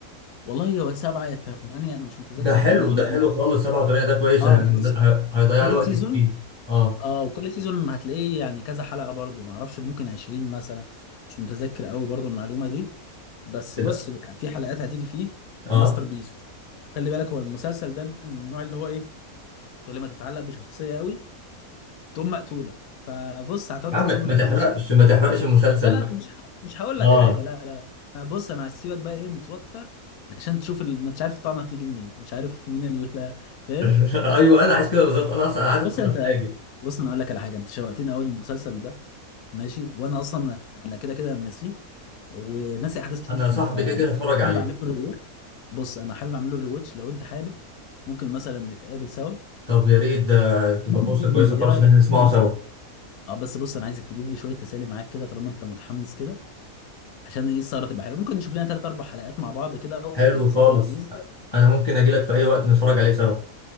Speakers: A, on the left; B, on the left.
A: والله هو سبعة يا ثمانية انا مش متذكر
B: ده حلو
A: دي المعلو-
B: ده
A: المعلومة
B: حلو خالص سبعة وثمانية ده كويس
A: اه
B: يعني
A: بس
B: هي- هيضيع
A: كل
B: لي وقت
A: سيزون
B: كتير اه
A: اه وكل سيزون هتلاقيه يعني كذا حلقة برضو ما اعرفش ممكن 20 مثلا مش متذكر قوي برضو المعلومة دي بس
B: كده
A: بص في حلقات هتيجي فيه
B: اه
A: ماستر بيس خلي بالك هو المسلسل ده من النوع اللي هو ايه كل ما تتعلق بشخصية قوي تقوم مقتولة فبص هتقعد
B: يا عم
A: تتصدم
B: ما تحرقش
A: كل شوية
B: ما تحرقش مسلسل
A: لا لا
B: بقى
A: مش ه- مش هقول لك
B: اه
A: حاجه لا لا أنا- بص انا هسيبك بقى ايه متوتر عشان تشوف ال... مش عارف الطعنه هتيجي منين مش عارف مين ال... فاهم
B: <laughs> ايوه انا عايز كده بالظبط انا اصلا عايز ادخل
A: بص انت
B: اتفاجئ
A: بص انا اقول لك على حاجه انت شوقتني اول المسلسل ده ماشي وانا اصلا انا كده كده ناسيه وناسي احداث كتير
B: انا
A: فيه
B: صاحبي
A: فانا
B: كده كده هتفرج عليه
A: حابب اعمله ريواتش بص انا حابب اعمله ريواتش لو انت حابب ممكن مثلا نتقابل سوا
B: طب يا ريت ده تبقى
A: ممكن
B: فرصه
A: تجيلي
B: كويسه خالص
A: ايه رايك
B: ان احنا
A: تجيلي
B: نسمعه سوا
A: مثلا اه بس بص انا عايزك تجيب لي شويه تسالي معاك كده طالما انت متحمس كده عشان ايه السهره تبقى حلوه ممكن نشوف لنا ثلاث اربع حلقات مع بعض كده وتبقى
B: حلو خالص
A: سهره لذيذه
B: انا ممكن اجي لك في اي وقت نتفرج
A: طب
B: عليه سوا